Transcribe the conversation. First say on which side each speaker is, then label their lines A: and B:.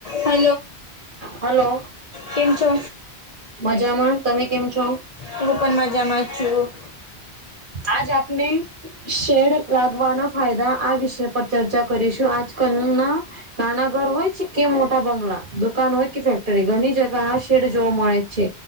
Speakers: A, on the left (about 50°); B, on the right (about 50°).
A: હ
B: હલો
A: કેમ છો
B: મજામાં તમે કેમ છો
A: તું પણ મજામાં છું
B: આજ આપને શેડ લાગવાના ફાયદા આ વિષય પર ચર્ચા કરીશું આજ કલ ના નાના ઘર હોય છે કે મોટ ટા બંગલા દુકાન હોય કે ફેક્ટરી ઘણી જગ્યા આ શેડ જોવા મળે છે